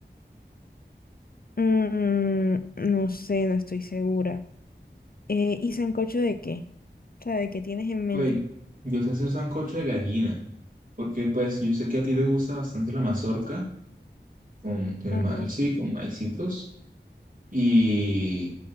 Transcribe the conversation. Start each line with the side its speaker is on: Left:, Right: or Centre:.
Left: Mm, no sé, no estoy segura. Eh, ¿y sancocho de qué? O sea, ¿de qué tienes en mente?
Right: pues yo sé hacer sancocho de gallina, porque pues yo sé que a ti te gusta bastante la mazorca con el
Left: Ajá.
Right: maíz, sí, con maicitos, y